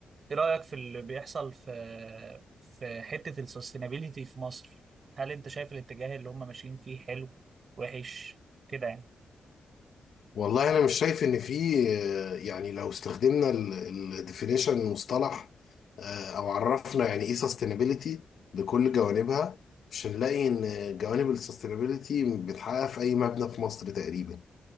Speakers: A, on the right; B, on the left.
A: ايه رايك في اللي بيحصل في في حته السستينابيليتي في مصر؟ هل انت شايف الاتجاه اللي هم ماشيين فيه حلو وحش كده يعني؟
B: والله أنا مش شايف إن في آه، يعني لو استخدمنا الديفينيشن مصطلح آه، أو عرفنا يعني إيه سستينابيلتي بكل جوانبها مش هنلاقي إن جوانب السستينابيلتي بتتحقق في أي مبنى في مصر تقريبا.